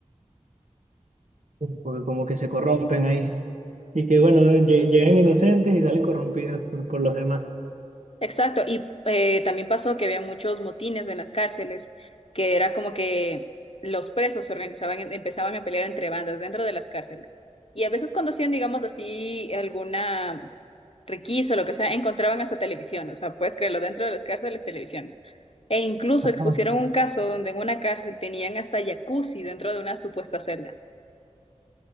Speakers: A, on the right; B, on the left.
A: porque como que se corrompen ahí. Y que bueno, lle- llegan inocentes y salen corrompidos por, por los demás.
B: Exacto, y eh, también pasó que había muchos motines en las cárceles, que era como que los presos se organizaban, en- empezaban a pelear entre bandas dentro de las cárceles. Y a veces cuando hacían, digamos así, alguna requisa o lo que sea, encontraban hasta televisión, o sea, puedes creerlo, dentro de las cárceles, televisiones. E incluso
A: Ajá.
B: expusieron un caso donde en una cárcel tenían hasta jacuzzi dentro de una supuesta celda.